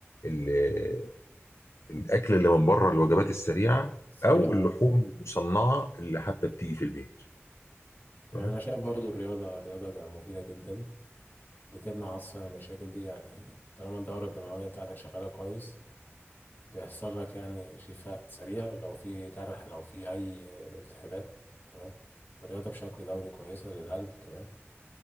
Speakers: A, on the left; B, on the left.
A: ال- الاكل اللي من بره الوجبات السريعه
B: سريعة
A: او اللحوم
B: آه.
A: المصنعه اللي حتى بتيجي في البيت
B: تمام
A: تمام؟
B: انا شايف برضو الرياضة الرياضة مفيدة جدا بتمنع أصلا المشاكل دي يعني طالما الدورة الدموية بتاعتك شغالة كويس بيحصل لك يعني شفاء سريع لو في جرح لو في أي التهابات تمام فالرياضة بشكل دوري كويسة للقلب كمان